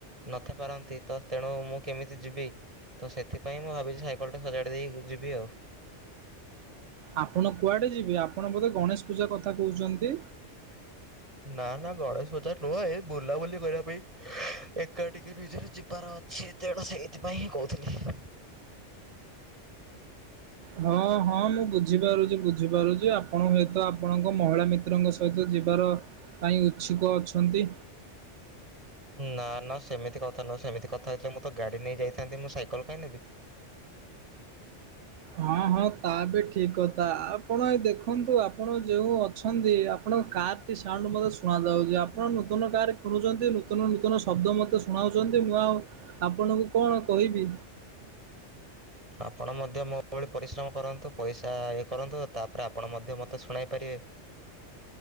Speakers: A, on the right (about 30°); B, on the right (about 85°).
A: ନଥି ପାରନ୍ତି ତ ତେଣୁ ମୁଁ କେମିତି ଯିବି? ତ ସେଥିପାଇଁ ମୁଁ ଭାବିଛି ସାଇକଲଟି ସଜାଡ଼ି ଦେଇ ଯିବି ଆଉ।
B: ଆପଣ କୁଆଡେ ଯିବେ? ଆପଣ ବୋଧେ ଗଣେଶ ପୂଜା କଥା କହୁଛନ୍ତି।
A: ନା ନା ଗଣେଶ ବଜାର ନୁହଁ ଏ ବୁଲାବୁଲି କରିବା ପାଇଁ। ଏକା ଟିକେ ନିଜର ଯିବାର ଅଛି ତେଣୁ ସେଇଥିପାଇଁ ହିଁ କହୁଥିଲି।
B: ହଁ ହଁ ମୁଁ ବୁଝିପାରୁଛି ବୁଝିପାରୁଛି ଆପଣ ହୁଏତ ଆପଣଙ୍କ ମହିଳା ମି ମିତ୍ରଙ୍କ ସହିତ ଯିବାର ପାଇଁ ଇଛୁକ ଅଛନ୍ତି।
A: ନା ନା ସେମିତି କଥା ନୁହଁ ସେମିତି କଥା ହେଇଥିଲେ ମୁଁ ତ ଗାଡି ନେଇ ଯାଇଥାନ୍ତି ମୁଁ ସାଇକଲ କାଇଁ ନେବି।
B: ହଁ ହଁ ତା ବି ଠିକ୍ କଥା ଆପଣ ଏ ଦେଖନ୍ତୁ ଆପଣ ଯେଉଁ ଅଛନ୍ତି ଆପଣଙ୍କ କାର୍ ସାଉଣ୍ଡ ମୋତେ ଶୁଣାଯାଉଛି ଆପଣ ନୂତନ ଗାଁରେ କିଣୁଛନ୍ତି ନୂତନ ନୂତନ ଶବ୍ଦ ମୋତେ ଶୁଣାଉଛନ୍ତି ମୁଁ ଆଉ ଆପଣଙ୍କୁ କଣ କହିବି।
A: ଆପଣ ମଧ୍ୟ ମୋ ଭଳି ପରିଶ୍ରମ କରନ୍ତୁ ପଇସା ଇଏ କରନ୍ତୁ ତାପରେ ଆପଣ ମଧ୍ୟ ମୋତେ ଶୁଣାଇ ପାରିବେ।